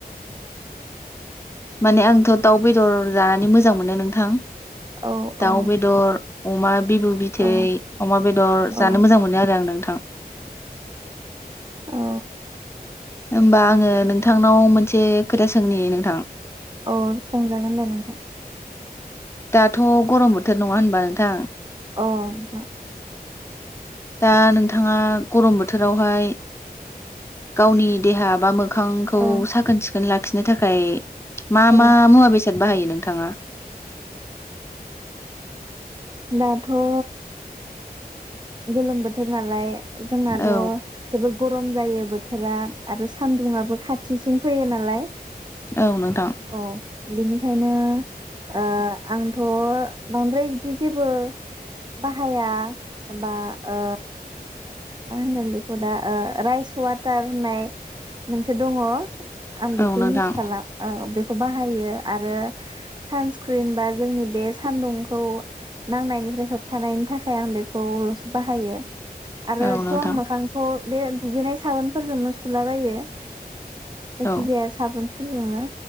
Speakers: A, on the left; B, on the right.
A: माने आंथ' दाउ बेदर जानानै मोजां मोनो नोंथां।
B: औ
A: दाउ
B: औ
A: बेदर। अमा। बिबु बिथै
B: औ
A: अमा बेदर
B: औ
A: जानो मोजां मोनो आरो आं नोंथां। दां
B: औ।
A: होमबा आङो नोंथ नोंथांनाव मोनसे खोथा सोंनि नोंथां?
B: औ सोंजागोन दे नोंथां
A: दाथ' गरम बोथोर नङा होनबा नोंथां?
B: औ नोंथां
A: दा नोंथाङा गरम बोथोरावहाय गावनि देहा बा मो मोखांखौ
B: औ
A: साखोन सिखोन लाख खिनो थाखाय मा
B: औ
A: मा मुवा बेसाद बाहायो नोंथाङा?
B: दाथ' ओ गोलोम बोथोर नालाय जोंनाथ'
A: औ
B: जोबोद गरम जायो बोथ बोथोरा आरो सान्दुुंआबो खाथिसिन फैयो नाम नालाय
A: औ नोंथां
B: औ। बिनिखायनो ओ आंथ' बांद्राय बिदि जेबो बाहाया बा ओ मा होनगोन बेखौ दा ओ राइस वाटार होननाय मोनसे दङ आं बेखौ
A: औ नोंथां
B: इउस खालाम औ बेखौ बाहाय बाहायो आरो सानस्क्रिन बा जोंनि बे सानदुंखौ नांनायनिफ्राय होबथानायनि थाखाय आं बेखौल'सो बाहायो। आरोथ'
A: औ नोंथां
B: आं मोखांखौ बे दुगैनाय साबोनफोरजोंनो सुलाबायो। जायखिजाया
A: औ
B: साबुन फोरजोंनो